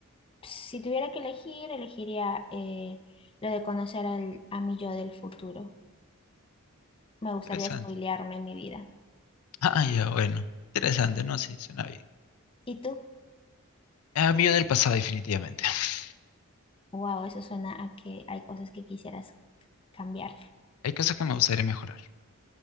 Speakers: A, on the left; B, on the left.
A: si tuviera que elegir, elegiría eh, lo de conocer al, a mi yo del futuro. Me gustaría
B: Interesante.
A: spoilearme mi vida.
B: Ah, ya, bueno. Interesante, ¿no? Sí, suena bien.
A: ¿Y tú?
B: Ah, mi yo del pasado, definitivamente. <laughs>
A: Wow, eso suena a que hay cosas que quisieras cambiar.
B: Hay cosas que me gustaría mejorar.